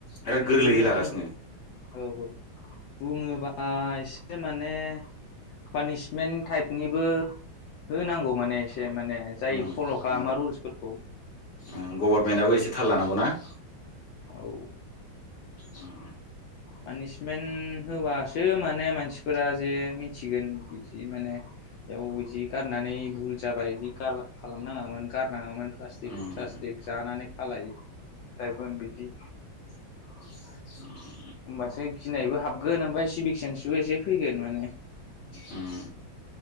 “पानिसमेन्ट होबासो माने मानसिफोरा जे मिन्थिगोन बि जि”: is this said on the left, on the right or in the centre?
Left